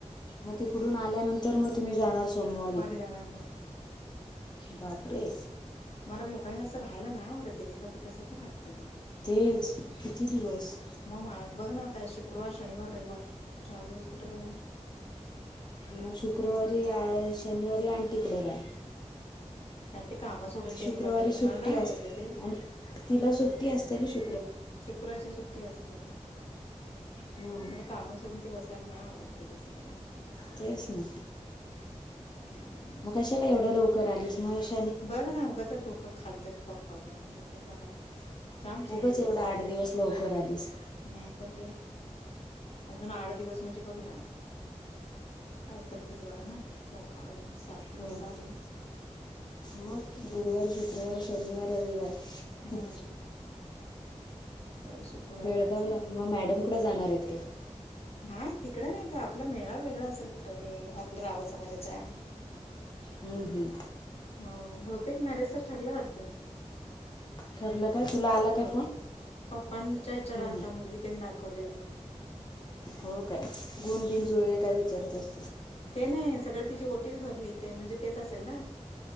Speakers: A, on the left; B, on the left.
A: म तिकडून
B: मग
A: आल्यानंतर मग तुम्ही जाणार सोमवारी.
B: जाणार मग
A: बापरे
B: मला लोका ए असं राहायला नाही आवडत ग दीपा ते कसं तर वाटतं ते
A: तेच किती दिवस
B: म मा बघ ना आता शुक क्रवार, शनिवार, रविवार, चार दिवस कुठं या
A: म शुक्रवारी आए, शनिवारी आंटी कडं रा
B: त्या ते कामं सोडून त्यांनी
A: शुक्रवारी
B: बसायचं
A: सुट्टी
B: मला नाही
A: असणार,
B: आवडत ग ते
A: तिला सुट्टी असते न शु
B: शुक्रवार ची सुट्टी असते.
A: हं,
B: मला काम सोडून ते बसायला नाही आव डत ते कसं तर वाटतंय.
A: तेच न
B: काय करणार
A: म कशाला एवढं लवकर आलीस? म श
B: बघ ना उगचंच डोकं खालतात पप्पा पण, नुसतं मला जाम चिड
A: उगाच
B: येते.
A: एवढा
B: पण
A: आठ
B: काय,
A: दिवस लवकर आलीस
B: नाहीतर काय? अजून आट दिवस म्हणजे बघ ना? आज तर बुधवार ना? सोमवार सात
A: हो
B: दिवस, सा दिवस
A: मग
B: म
A: गुरुवार, शुक्रवार, शनिवार, रविवार.
B: हम्म शुक्रवारी
A: बेळगावला
B: जायचं म्हणतात.
A: म मॅडमकडं जाणार आहेत काय?
B: नाही तिकडं नाही त आपला मेळा वेगळा असल, कुठं ते आपलं <unintelligible> समाजाचा.
A: हम्म हम्म.
B: हो. बहुतेक नरेशच ठरलं वाटतं?
A: ठरलं. काय तुला आला काय
B: बहुतेक,
A: फोन
B: पप्पांच्या विचार
A: हं,
B: आलता
A: हं.
B: मुलगी त्यांनी दाखवलेली.
A: होय काय? गुणबिन जुळे काय विचारत अस
B: ते नाही सगळ तिची ओटीस भरली ते म्हणजे, तेच असेल ना?